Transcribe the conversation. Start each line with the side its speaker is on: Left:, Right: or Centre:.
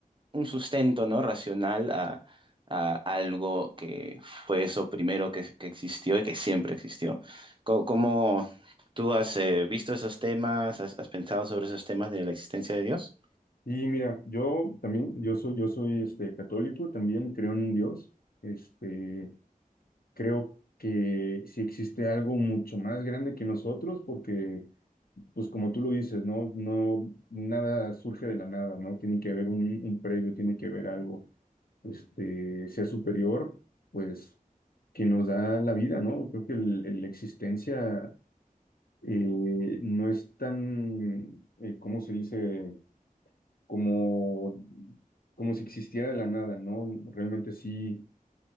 Right: un sustento, ¿no? Racional a, a algo que fue eso primero que, que existió y que siempre existió. Co- ¿Cómo, tú has eh, visto esos temas? ¿Has, has pensado sobre esos temas de la existencia de Dios?
Left: Y mira, yo también, yo soy, yo soy este, católico, también creo en un Dios. Este, creo que sí existe algo mucho más grande que nosotros, porque, pues como tú lo dices, no, no, nada surge de la nada, ¿no? Tiene que haber un, un previo, tiene que haber algo. este, sea superior, pues que nos da la vida, ¿no? Creo que el- el- la existencia eh, no es tan, eh, ¿cómo se dice? Como, como si existiera de la nada, ¿no? Realmente sí